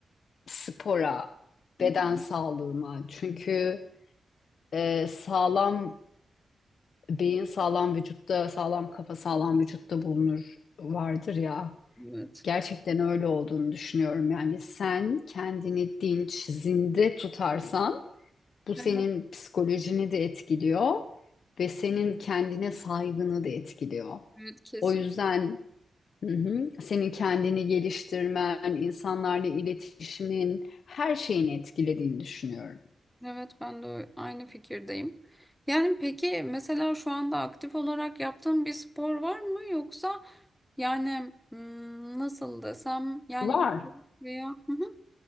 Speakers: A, on the left; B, in the centre.
A: spora,
B: Hı
A: beden
B: hı.
A: sağlığıma. Çünkü e, sağlam Beyin sağlam vücutta, sağlam kafa sağlam vücutta bulunur vardır ya.
B: Evet.
A: Gerçekten öyle olduğunu düşünüyorum. Yani sen kendini dinç, zinde tutarsan bu
B: Evet,
A: senin psikolojini de etkiliyor ve senin kendine saygını da etkiliyor.
B: evet kesin.
A: O yüzden hı hı, senin kendini geliştirmen, insanlarla iletişimin, her şeyini etkilediğini düşünüyorum.
B: Evet ben de aynı fikirdeyim. Yani peki mesela şu anda aktif olarak yaptığın bir spor var mı yoksa yani hmm, nasıl desem yani
A: Var.
B: <laughs> yürüyüş veya hı hı,